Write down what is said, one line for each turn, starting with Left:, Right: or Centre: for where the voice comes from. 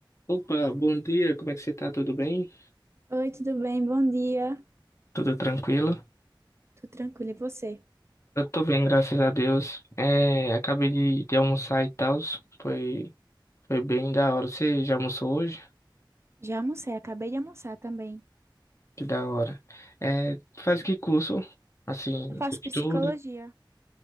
Left: Opa, bom dia, como é que você tá? Tudo bem?
Right: Oi, tudo bem? Bom dia.
Left: Tudo tranquilo?
Right: Tudo tranquilo, e você?
Left: Eu tô bem, graças a Deus. É, acabei de, de almoçar e tal, foi, foi bem da hora. Você já almoçou hoje?
Right: Já almocei, acabei de almoçar também.
Left: Que da hora. É, tu faz que curso? Assim,
Right: Eu faço
Left: tu estuda?
Right: psicologia,